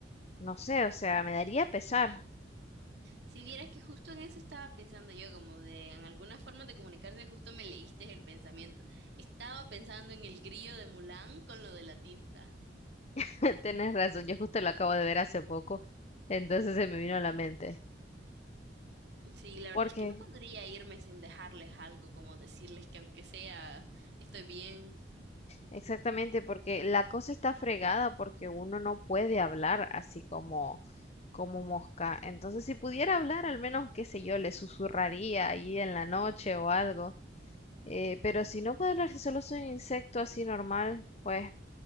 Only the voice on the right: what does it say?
Si vieras que justo en eso estaba pensando yo, como de en alguna forma de comunicarse, justo me leíste el pensamiento. Estaba pensando en el grillo de Mulan con lo de la tinta.
Sí, la verdad
es que no podría irme sin dejarles algo, como decirles que aunque sea, estoy bien.